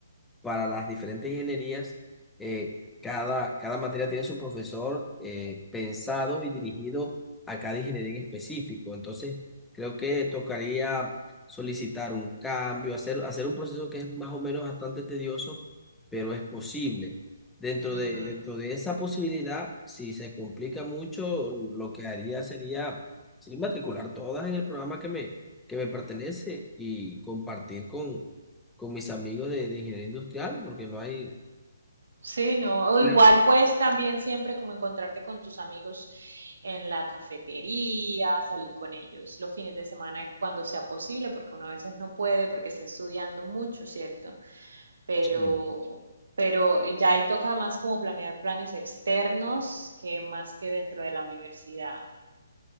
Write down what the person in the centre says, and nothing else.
para las diferentes ingenierías, eh, cada, cada materia tiene su profesor eh, pensado y dirigido a cada ingeniería en específico. Entonces, creo que tocaría solicitar un cambio, hacer, hacer un proceso que es más o menos bastante tedioso, pero es posible. Dentro
de,
dentro de esa posibilidad, si se complica mucho, lo que haría sería, sería matricular todas en el programa que me, que me pertenece y compartir con con mis amigos de, de ingeniería industrial, porque no hay...
Claro.
Sí,